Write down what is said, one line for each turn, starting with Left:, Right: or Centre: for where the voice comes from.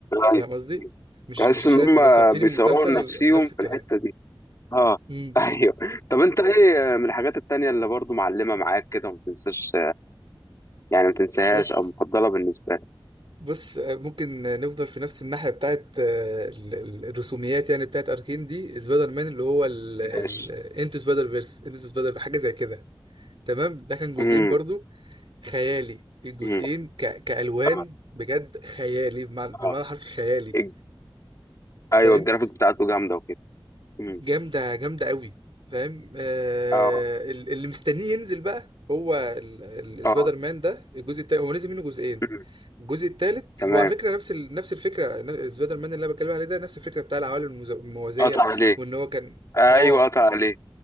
Right: تمام
Left: ايوه
Right: قصدي
Left: مم.
Right: مش
Left: تحس
Right: مش عشان
Left: ان هم
Right: انت بسطتيني
Left: بيصوروا
Right: من مسلسل
Left: نفسيهم
Right: نفس
Left: في
Right: الكلام
Left: الحته دي اه
Right: امم
Left: <laughs> ايوه طب انت ايه من الحاجات التانية اللي برضو معلمه معاك كده وما تنساش يعني ما تنساهاش
Right: بص
Left: او مفضله بالنسبه لك
Right: بص آه، ممكن نفضل في نفس الناحيه بتاعت آه، ال- ال- الرسوميات يعني بتاعت اركين دي سبايدر مان اللي هو ال... ال...
Left: ماشي
Right: انتو سبايدر فيرس انتو سبايدر حاجه زي كده تمام ده كان جزئين
Left: امم
Right: برضو خيالي الجزئين
Left: امم
Right: ك... كألوان
Left: اه
Right: بجد خيالي بمعنى بالمعنى
Left: اه
Right: الحرفي خيالي
Left: الج- ايوه
Right: فاهم
Left: الجرافيك بتاعته جامده وكده امم
Right: جامدة جامدة قوي فاهم آه...
Left: اه
Right: ال- اللي مستنيه ينزل بقى هو ال... السبايدر
Left: اه
Right: مان ده الجزء التالت هو نزل منه جزئين
Left: مم.
Right: الجزء التالت
Left: تمام
Right: هو على فكرة نفس ال... نفس الفكرة ن- سبايدر مان اللي انا بتكلم عليه ده نفس الفكرة بتاع العوالم المز- الموازية
Left: قطع عليه
Right: وان هو كان
Left: ايوه
Right: اه
Left: قطع عليه